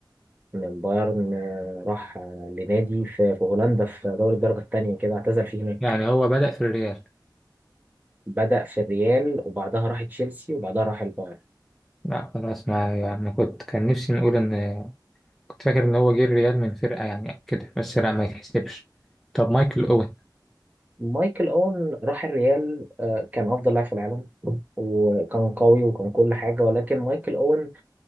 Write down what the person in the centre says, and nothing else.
يعني هو بدأ في الريال
لا خلاص ما يعني ما كنت كان نفسي نقول ان كنت فاكر ان هو جه الريال من فرقه يعني كده بس لا ما يتحسبش طب مايكل اوين